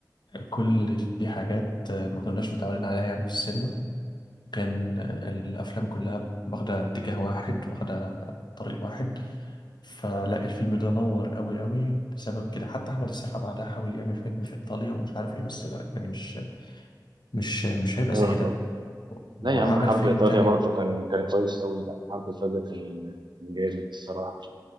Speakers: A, on the left; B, on the right.
A: كل دي حاجات آه، ما كناش متعودين عليها يعني في السينما كان آه، الأفلام كلها واخدة اتجاه واحد واخدة طريق واحد فلا الفيلم ده نور قوي قوي بسبب كده حتى أحمد السقا بعدها حاول يعمل فيلم في إيطاليا ومش عارف إيه بس لا يعني مش مش مش هيبقى
B: أيوة
A: زي
B: والله.
A: ده
B: لا
A: وعمل
B: يا عم حرب
A: فيلم
B: إيطاليا
A: تاني
B: برضه
A: بقى.
B: كان كان كويس أوي لا حرب إيطاليا كان كان جامد الصراحة.